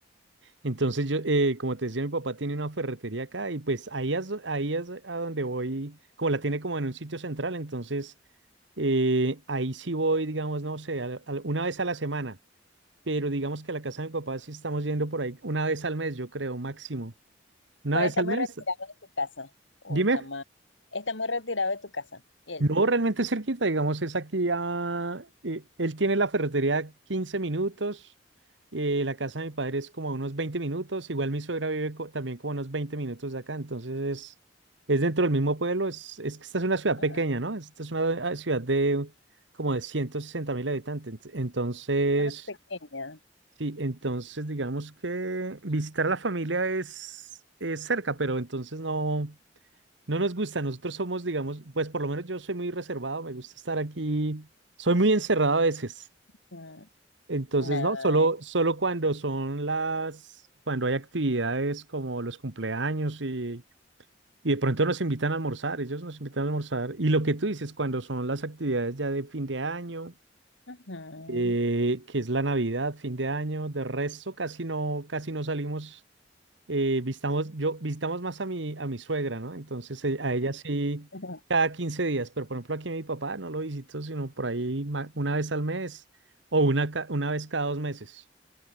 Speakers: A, on the right (about 70°); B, on the left (about 80°).
A: Entonces, yo, eh, como te decía, mi papá tiene una ferretería acá y pues ahí es, ahí es a donde voy, como la tiene como en un sitio central, entonces... Eh, ahí sí voy, digamos, no sé, al- al- una vez a la semana, pero digamos que a la casa de mi papá sí estamos yendo por ahí una vez al mes, yo creo, máximo. Una
B: Para
A: vez
B: está
A: al
B: muy
A: mes,
B: retirado de tu casa. O
A: dime.
B: está más. Está muy retirado de tu casa. Él.
A: No, realmente es cerquita, digamos, es aquí a... eh, él tiene la ferretería a 15 minutos, eh, la casa de mi padre es como a unos 20 minutos, igual mi suegra vive co- también como a unos 20 minutos de acá, entonces es, es dentro del mismo pueblo, es, es que esta es una ciudad
B: Ah,
A: pequeña, ¿no? Esta es una ah, ciudad de como de ciento sesenta mil habitantes, ent- entonces,
B: ah, pequeña.
A: sí, entonces digamos que visitar a la familia es, es cerca, pero entonces no... No nos gusta, nosotros somos, digamos, pues por lo menos yo soy muy reservado, me gusta estar aquí, soy muy encerrado a veces.
B: Mm,
A: Entonces,
B: nah.
A: no, solo, solo cuando son las, cuando hay actividades como los cumpleaños y, y de pronto nos invitan a almorzar, ellos nos invitan a almorzar. Y lo que tú dices, cuando son las actividades ya de fin de año,
B: ujú.
A: eh, que es la Navidad, fin de año, de resto casi no, casi no salimos eh, visitamos, yo, visitamos más a mi, a mi suegra, ¿no? Entonces eh, a ella sí
B: <laughs>
A: cada 15 días, pero por ejemplo aquí a mi papá no lo visito, sino por ahí ma- una vez al mes o una, ca- una vez cada dos meses.